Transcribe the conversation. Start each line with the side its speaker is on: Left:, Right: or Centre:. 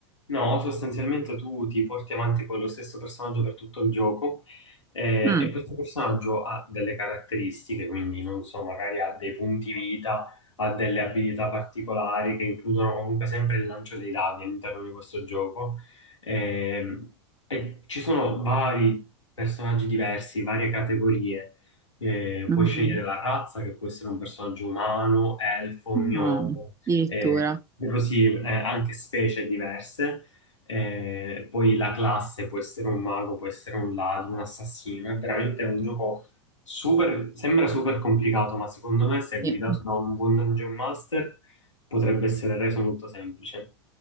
Left: No, sostanzialmente tu ti porti avanti con lo stesso personaggio per tutto il gioco eh,
Right: Mm,
Left: e questo personaggio ha delle caratteristiche, quindi non so, magari ha dei punti vita, ha delle abilità particolari che includono comunque sempre il lancio dei dadi all'interno di questo gioco. Ehm, e ci sono vari personaggi diversi, varie categorie. Eh,
Right: mhm.
Left: puoi scegliere la razza, che può essere un personaggio umano, elfo,
Right: No,
Left: gnomo,
Right: addirittura.
Left: eh, e così eh, anche specie diverse. Eh, poi la classe può essere un mago, può essere un ladro, un assassino. È veramente un gioco super, sembra super complicato, ma secondo me, se
Right: Sì.
Left: guidato da un buon dungeon master, potrebbe essere reso molto semplice.